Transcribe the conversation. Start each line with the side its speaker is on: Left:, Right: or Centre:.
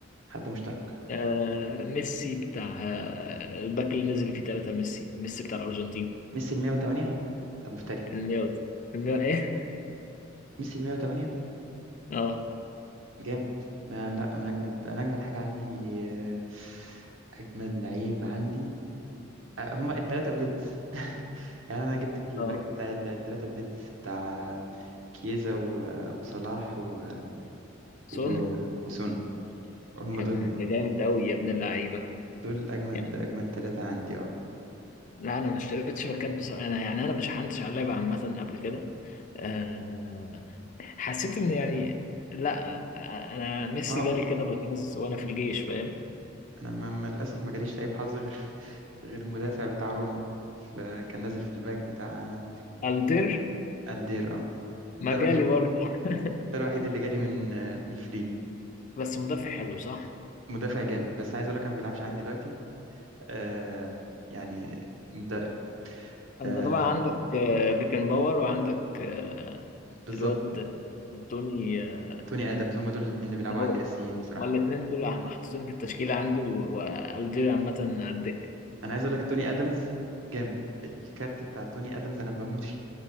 Right: حد مشترك
Left: آه ميسي بتاع آه الباك اللي نزل فيه ثلاثة ميسي ميسي بتاع الارجنتين
Right: ميسي ال 108 انت مفتري
Left: المية المية ايه
Right: ميسي ال 108
Left: اه
Right: جامد آه لا انا اجمد انا اجمد حاجه عندي آه اجمد لعيب عندي آه هما الثلاثه بليدز <laughs> يعني انا جبت الباك
Left: اه
Right: بتاع الثلاثه بليدز بتاع كيزا و- وصلاح و-
Left: سون
Right: وجو وسون هما
Left: يا
Right: دول
Left: ابن ده جامد قوي يا ابن اللعيبة
Right: دول اجمد
Left: يعني
Right: اجمد ثلاثه عندي اه
Left: لا انا ما اشتريتش باكات بصراحة انا يعني انا مش عندش على اللعبة عامة قبل كده آه حسيت ان يعني لا انا ميسي
Right: ما هو
Left: جالي كده بالحظ وانا في الجيش فاهم
Right: انا ما ما- للاسف ما جاليش لعيب حظ غير <laughs> غير المدافع بتاع روما فكان نازل في الباك بتاع
Left: الدير
Right: الدير اه
Left: ما
Right: ده
Left: جالي
Right: الوحيد
Left: برضه <laughs>
Right: ده الوحيد اللي جالي من آه، من الفري
Left: بس مدافع حلو صح
Right: مدافع جامد بس عايز اقول لك انا ما بيلعبش عندي دلوقتي آه يعني انت
Left: انت
Right: آه
Left: طبعا عندك آه، بيكن باور وعندك آه،
Right: بالظبط
Left: الواد توني آه،
Right: توني ادمز هم دول الاثنين اللي بيلعبوا
Left: اهو
Right: عندي اساسيين بصراحه
Left: هما الاتنين دول أح- محطوطين في التشكيلة عندي و- والدير عامة على الدكة
Right: انا عايز اقول لك توني ادمز جامد الكارت بتاع توني ادمز انا بموت فيه